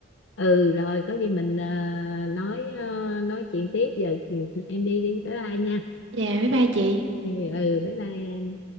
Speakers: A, on the left (about 60°); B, on the right (about 65°).
A: ừ rồi có gì mình ờ, nói ờ, nói chuyện tiếp giờ thì em đi đi bye bye nha
B: Dạ, bye bye chị.
A: ừ ừ, bye bye